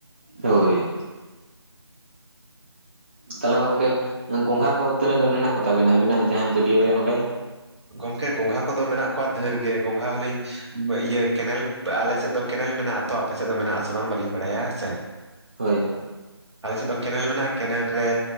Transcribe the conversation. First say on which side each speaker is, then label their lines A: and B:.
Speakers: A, on the right (about 25°); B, on the right (about 85°).
A: ᱦᱳᱭ ᱛᱟᱦᱚᱞᱮ ᱜᱚᱝᱠᱮ ᱜᱚᱝᱜᱷᱟ ᱠᱚ ᱛᱤᱱᱟᱹᱜ ᱜᱟᱱ ᱢᱮᱱᱟᱜ ᱠᱚ ᱛᱟᱹᱵᱤᱱᱟ ᱟᱹᱵᱤᱱᱟᱜ ᱡᱟᱦᱟᱸ ᱜᱟᱹᱰᱭᱟᱹ ᱨᱮ ᱚᱸᱰᱮ
B: ᱜᱚᱝᱠᱮ ᱜᱚᱝᱜᱷᱟ ᱠᱚᱫᱚ ᱢᱮᱱᱟᱜ ᱠᱚᱣᱟ ᱰᱮᱦᱮᱨ ᱜᱮ ᱜᱚᱝᱜᱷᱟ ᱦᱚᱞᱤᱧ ᱤᱭᱟᱹ ᱠᱮᱱᱮᱞ ᱟᱞᱮ ᱥᱮᱫ ᱫᱚ ᱠᱮᱱᱮᱞ ᱢᱮᱱᱟᱜ ᱛᱚ ᱟᱯᱮ ᱥᱮᱫ ᱫᱚ ᱢᱮᱱᱟᱜ ᱟᱥᱮ ᱵᱟᱝ ᱵᱟᱹᱞᱤᱧ ᱵᱟᱲᱟᱭᱟ ᱦᱮᱸ ᱥᱮ
A: ᱦᱳᱭ
B: ᱟᱞᱮ ᱥᱮᱫ ᱫᱚ ᱠᱮᱱᱮᱞ ᱢᱮᱱᱟᱜᱼᱟ ᱠᱮᱱᱮᱞ ᱨᱮ